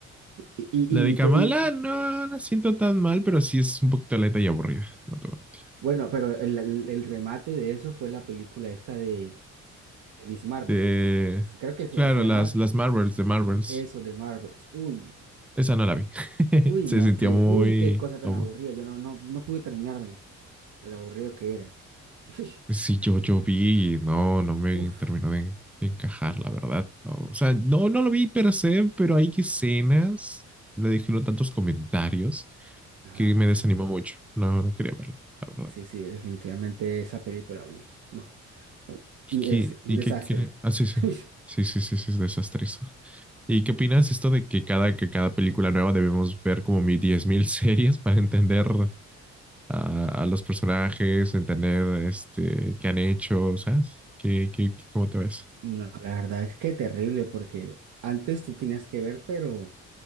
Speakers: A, on the right; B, in the centre.
A: Y, y,
B: La
A: y
B: de
A: ni
B: Kamala
A: que- y-
B: no la siento tan mal, pero sí es un poquito lenta y aburrida. No te voy a-
A: bueno, pero el, el- el remate de eso fue la película esta de Miss Marvel.
B: De-
A: Creo que se,
B: Claro,
A: se llamaba
B: las, las Marvels, de Marvels.
A: eso de Marvels. Uy,
B: Esa no la vi. <laughs>
A: Uy,
B: Se
A: no,
B: sentía
A: que,
B: muy...
A: uy, qué cosa tan
B: no,
A: aburrida. Yo no, no, no pude terminármela, de lo aburrido que era. <laughs>
B: sí, yo, yo vi y no, no me
A: Uf,
B: terminó de, de encajar, la verdad. No, o sea, no, no lo vi per se, pero hay escenas, le dijeron tantos comentarios
A: ajá.
B: que me desanimó mucho. No, no quería verla, la verdad.
A: Sí, sí, definitivamente esa película, uf, no. Eh,
B: ¿Y
A: Y
B: qué,
A: es un
B: y
A: desastre.
B: qué, cre- Ah, sí, sí.
A: <laughs>
B: Sí, sí, sí, sí, es desastroso. ¿Y qué opinas esto de que cada, que cada película nueva debemos ver como mi- 10.000 <laughs> series para entender a, a los personajes, entender este, qué han hecho, ¿sabes? ¿Qué, qué, qué- cómo te ves?
A: No, la verdad es que terrible, porque antes tú tenías que ver, pero